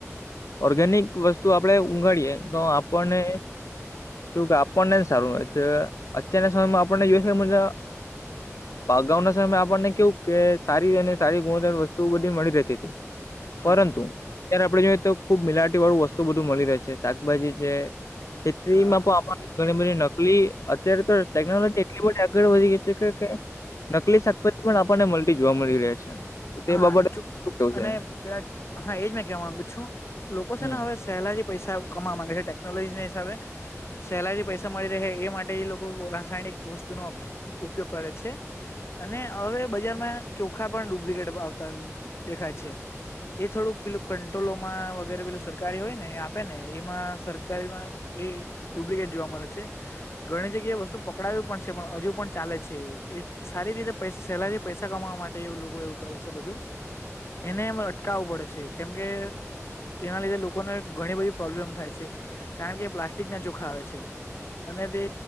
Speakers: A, on the left; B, on the left.
A: ઓર્ગેનિક વસ્તુ આપણે ઊંઘાડીયએ તો આપણને કેું કે આપણને સારું અત્યારના સમયમાં આપણને જો અગાઉ ના સમય આપણને કેવું કે સારી અને સારી ગુણવત્ વસ્તુ બધી મળી રહેતી હતી.
B: હા
A: પરંતુ અત્યારે આપડે જોઈએ તો ખુબ મિલાટી વાળું વસ્તુ બધું મળી રહે છે શાકભાજી છે. ખેતીમાં
B: હા
A: પણ આપ ઘણી બધી નકલી અત્યારે તો ટેકનોલોજી એટલી બધી આગળ વધી ગઈ. નકલી શાકપાતી પણ આપણને મળતી જોવા મળી રહ્યા છે. તો તે
B: હા
A: બાબતે શું કેવું છે?
B: અને પેલા હા એજ મેં કેવા માંગુ છું લોકો છે
A: હમ.
B: ને હવે. પહેલાથી પૈસા કમાવા માંગે છે ટેકનોલોજી ના હિસાબે સહેલાઈથી પૈસા મળી રહે એ માટે એ લોકો રાસાયણિક વસ્તુનો ઉપયોગ કરે છે. અને હવે બજારમાં ચોખા પણ ડુપ્લિકેટ આવતા દેખાય છે. એ થોડુંક પેલું કંટ્રોલોમાં વગેરે પેલું સરકારી હોય ને આપે ને એમાં સરકારીમાં એ ડુપ્લિકેટ જોવા મળે છે. ઘણી જગ્યાએ વસ્તુ પકડાવ પણ છે પણ હજુ પણ ચાલે છે એ. સારી રીતે પ સેલારી પૈસા કમાવા માટે એવું લોકો એવું કરે છે બધું. એનેરે અટકાવવું પડે છે કેમ કે. એના લીધે લોકોને ઘણી બધી પ્રોબ્લેમ થાય છે કારણ કે પ્લાસ્ટ. ક ના ચોખા આવે છે અને તે